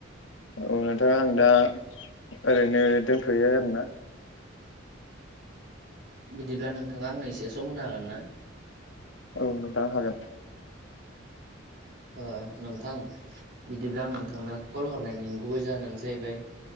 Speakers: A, on the left; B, on the right.
A: ओ नोंथां आं दा ओरैनो दोनथ'यो आरोना
B: बिदिब्ला नोंथाङा आंनो एसे सम होनो हागोन ना?
A: औ नोंथां हागोन।
B: ओ नोंथां बिदिब्ला आं नोंथांनो कल हरनायनि गुबै जाहोनानो जाहैबाय